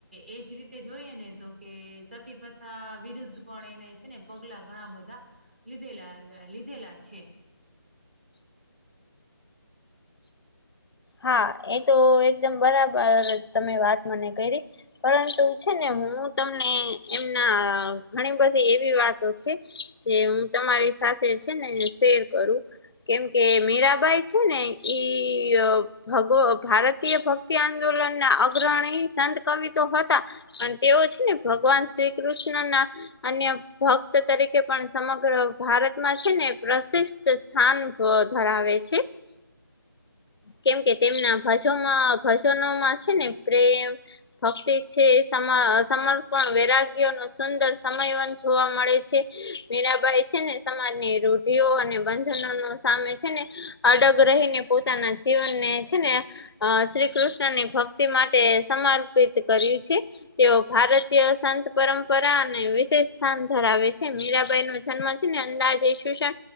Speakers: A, on the right (about 30°); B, on the left (about 80°).
A: એજ રીતે જોઈએ ને તો કે સતી થા વિરુદ્ધ પણ એને છે ને પગલાં ઘણાં બધાં લીધેલા લીધેલા છે.
B: હા એ તો એકદમ બરાબર તમે વાત મને કરી. પરંતુ છે ને હું તમને એમના ઘણી બધી એવી વાતો છે. જે હું તમારી સાથે છે ને શેર કરું. કેમ કે મીરાબાઈ છે ને ઈ. હગો ભારતીય ભક્તિ આંદોલન ના અગ્રણી સંત કવિતો હતા. અને તેઓ છે ને ભગવાન શ્રી કૃષ્ણ નાં અન્ય ભક્ત તરીકે પણ સમગ્ર ભારતમાં છે ને પ્રસિદ્ધ. સ્થાન ધરાવે છે. કેમ કે તેમના ભજોમાં ભજનોમાં છે ને પ્રેમ. ભક્તિ છે સમર્પણ વૈરાગ્ય નો સુંદર સમયવન જોવા મળે છે. મીરાંબાઈ છે ને સમાજની રૂઢિઓ અને બંધનો સામે છે ને. અડગ રહીને પોતાના જીવનને છે ને. અ શ્રી કૃષ્ણ ની ભક્તિ માટે સમર્પિત કર્યું છે. તેઓ ભારતીય સંત પરંપરા અને વિશેષ સ્થાન ધરાવે છે. મીરાંબાઈ નો જન્મ છે ને અંદાજે ઇસવીસન